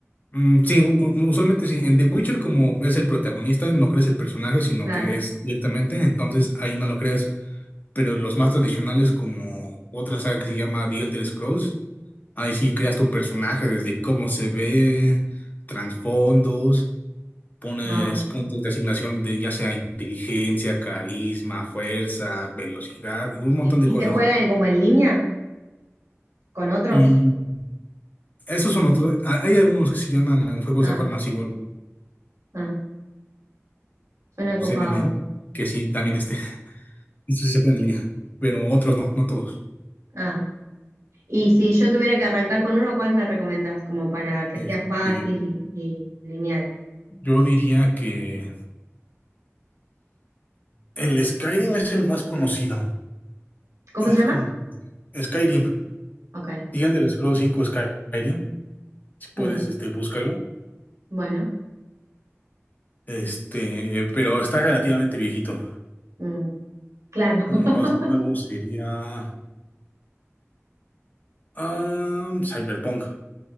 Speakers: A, on the left; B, on the right.
A: Mm, sí, u- u- usualmente sí. En The Witcher, como es el protagonista, no crees el personaje, sino
B: Claro,
A: que es directamente, entonces ahí no lo creas. Pero los más tradicionales, como otra saga que se llama The Elder Scrolls, ahí sí creas tu personaje desde cómo se ve, trasfondos, pones
B: wow.
A: puntos de asignación de ya sea inteligencia, carisma, fuerza, velocidad, un montón de
B: ¿Y
A: cosas.
B: se juegan como en línea con otros?
A: Mm, esos son otros. Hay hay algunos que se llaman juegos
B: Ah,
A: de rol masivo,
B: ah, suena
A: los
B: copado.
A: MMO que sí también están Eso sí se pueden en línea, pero otros no, no todos.
B: Ah. Y si yo tuviera que arrancar con uno, ¿cuál me recomendás? Como para que sea
A: Este,
B: fácil y lineal.
A: yo diría que el Skyrim es el más conocido.
B: ¿Cómo
A: Es
B: se llama?
A: como Skyrim,
B: Ok.
A: The Elder Scrolls 5 Skyrim, si puedes,
B: Mm,
A: este, búscalo.
B: Bueno.
A: Este, pero está relativamente viejito.
B: Mm, Claro.
A: Uno
B: <laughs>
A: más nuevo sería ah, Cyberpunk.